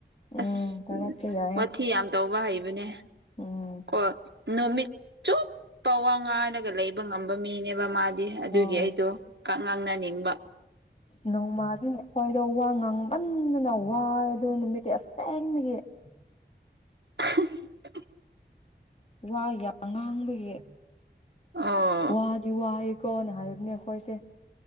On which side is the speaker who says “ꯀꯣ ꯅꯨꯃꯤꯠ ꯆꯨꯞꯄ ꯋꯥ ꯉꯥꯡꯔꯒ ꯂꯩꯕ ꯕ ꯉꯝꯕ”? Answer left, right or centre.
Right